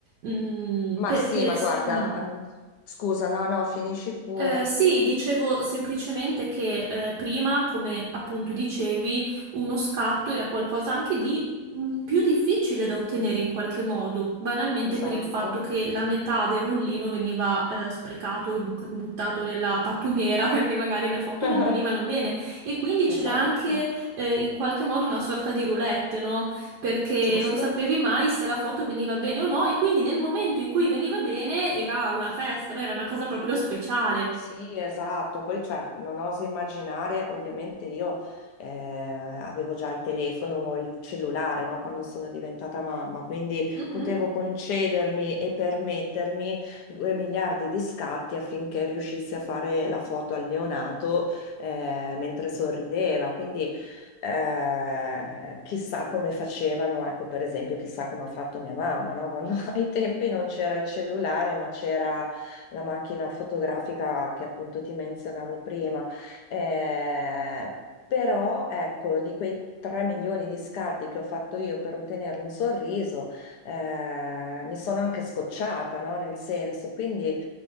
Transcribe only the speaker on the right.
Mm,
perché
s-
mm,
eh, sì, dicevo semplicemente che eh, prima, come appunto dicevi, uno scatto era qualcosa anche di mh, più difficile da ottenere in qualche modo, banalmente
per il fatto che la metà del rullino veniva eh, sprecato e buc- buttato nella pattumiera <laughs> perché magari le foto
non venivano bene e quindi c'era
anche eh, in qualche modo una sorta di roulette, no? perché
non sapevi mai se la foto veniva bene o no e quindi nel momento in cui veniva bene era una festa, no? Era una cosa proprio speciale.
Mhm.